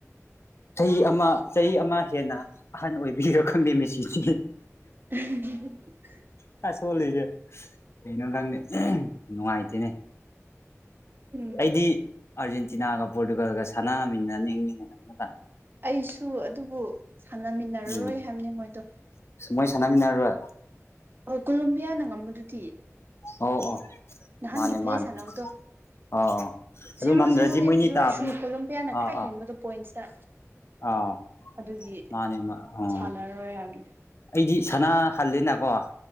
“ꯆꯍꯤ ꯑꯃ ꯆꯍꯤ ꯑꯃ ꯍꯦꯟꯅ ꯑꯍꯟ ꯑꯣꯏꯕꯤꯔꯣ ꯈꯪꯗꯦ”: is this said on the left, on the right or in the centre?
Left